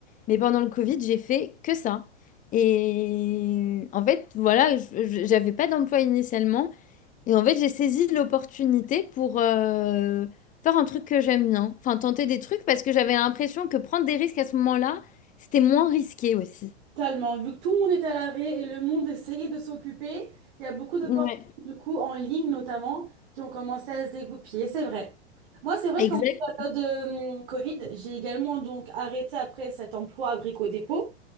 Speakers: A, on the left (about 25°); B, on the right (about 55°).
A: Mais pendant le Covid, j'ai fait que ça. Et en fait, voilà, je- je- j'avais pas d'emploi initialement. Et en fait, j'ai saisi l'opportunité pour euh, faire un truc que j'aime bien. Enfin, tenter des trucs parce que j'avais l'impression que prendre des risques à ce moment-là, c'était moins risqué aussi.
B: Totalement. Vu que tout le monde est à l'arrêt et le monde essayait de s'occuper, il y a beaucoup d'opportunités,
A: Ouais.
B: du coup, en ligne notamment, qui ont commencé à se dégoupiller. C'est vrai. Moi, c'est vrai
A: Exact.
B: qu'en période euh, Covid, j'ai également donc arrêté après cet emploi à Brico Dépôt.